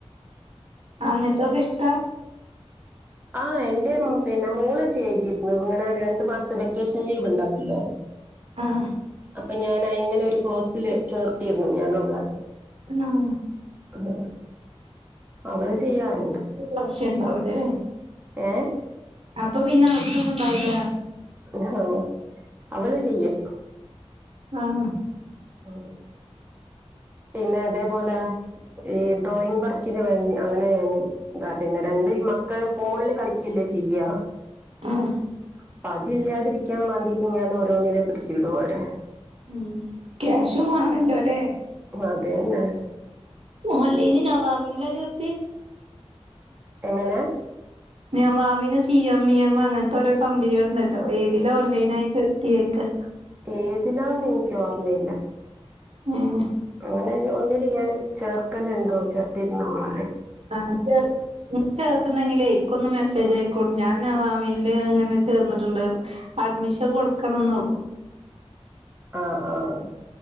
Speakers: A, on the right (about 70°); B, on the right (about 15°).
A: അങ്ങനത്തൊക്കെ ഇഷ്ടാ
B: ആഹ് എന്റെ പിന്നെ മോള് ചെയ്തെക്കും, ഇങ്ങനെ രണ്ടു മാസത്തെ വെക്കേഷൻ ലീവ് ഉണ്ടാവില്ലേ
A: ആഹ്
B: അപ്പൊ ഞാൻ ഇങ്ങനെ ഒരു കോഴ്സില് ചേർത്തിരുന്നു ഞാനുവളെ
A: ഉം
B: ആഹ് അവള് ചെയ്യാറുണ്ട്
A: ആവിശ്യം ഉണ്ടാവിലല്ലേ
B: ഏഹ്
A: അപ്പൊ പിന്നെ ആവിശ്യം ഉണ്ടാവില്ല
B: ഹാ അവള് ചെയ്യും
A: ആഹ്
B: ആഹ് പിന്നെ ഇതേപോലെ ഈ ഡ്രോയിങ് വർക്കിന് വേണ്ടി അങ്ങനെയാണ് താ പിന്നെ രണ്ട് ഈ മക്കള് ഫോണില് കളിക്കല്ലേ ചെയ്യാ
A: ആഹ്
B: അപ്പൊ അതില്ലാതിരിക്കാൻ വേണ്ടിട്ട് ഞാന ഓരോന്നിനെ പിടിച്ചു ഇടൂ വോരെ
A: ഉം ക്യാഷും വാണല്ലോ ലെ
B: അതന്നെ
A: ഓൺലൈനിൽ നവാവിനിലാ ചേർത്തെ?
B: എങ്ങനെ?
A: നവാവിന് സി എം ഇ എം അങ്ങനത്തെ ഓരോ കമ്പനികൾ ഉണ്ടല്ലോ ഏതില ഓൺലൈൻ ആയി ചേർത്തി ചോയ്ക്ക
B: ഏതിലാന്ന് എനിക്ക് ഓർമ്മയില്ല
A: ഉം
B: അങ്ങനെ ഒന്നില് ഞാൻ ചേർക്കല്ലുണ്ടോ ചേർത്തിരുന്നോള
A: ആ ഇനി ചേർതണ്ടെങ്കിലേ ക്കൊന്നു മെസ്സേജ്
B: ഉം.
A: അയക്കൊണ്ട് ഞാൻ നവാവിനിൽ അങ്ങനെ ചേർന്നിട്ടുണ്ട് അഡ്മിഷൻ കൊടുക്കണം ന്നള്ളു
B: ആഹ് ആഹ്